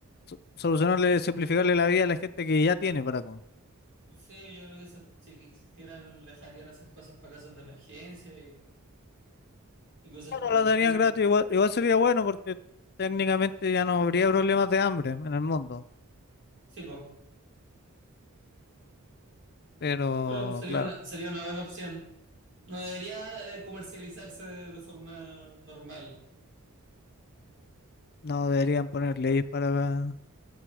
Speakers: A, on the left; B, on the right.
A: so- solucionarle, simplificarle la vida a la gente que ya tiene para comer.
B: No sé, yo creo que esa- si que existieran, dejarían esas cosas para casos de emergencia y, y cosas
A: Claro,
B: por
A: la
B: el estilo.
A: darían gratis, igual, igual sería bueno porque técnicamente ya no habría problemas de hambre en el mundo,
B: Sí, pues.
A: pero
B: Pero sería
A: claro,
B: una, sería una buena opción. No debería eh, comercializarse de, de forma normal.
A: no deberían poner leyes para,